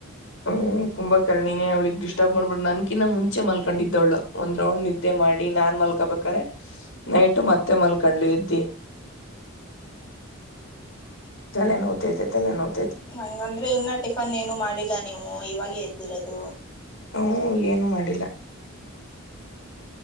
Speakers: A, on the left; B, on the left.
A: ಹ್ಮ ಕುಂಬಕರ್ಣಿನೇ ಅವ್ಳಿಗೆ ಡಿಸ್ಟರ್ಬ್ ಮಾಡ್ಬಾರ್ದ್ ನನ್ಕಿನ್ನ ಮುಂಚೆ ಮಲ್ಕೊಂಡಿದ್ದವಳ ಒಂದ್ ರೌಂಡ್ ನಿದ್ದೆ ಮಾಡಿ ನಾನ್ ಮಲ್ಕಬೇಕಾರೆ ನೈಟ್ ಮತ್ತೆ ಮಲ್ಕೊಂಡ್ಲು ಏದ್ದಿ ತಲೆ ನೋತೈತೆ ತಲೆ ನೋತೈತ್
B: ಹಂಗಂದ್ರೆ ಇನ್ನ ಟಿಫನ್ ಏನು ಮಾಡಿಲ್ಲ. ನೀವು ಇವಾಗೆ ಎದ್ದಿರೋದು.
A: ಹ್ಮ್ ಏನು ಮಾಡಿಲ್ಲ.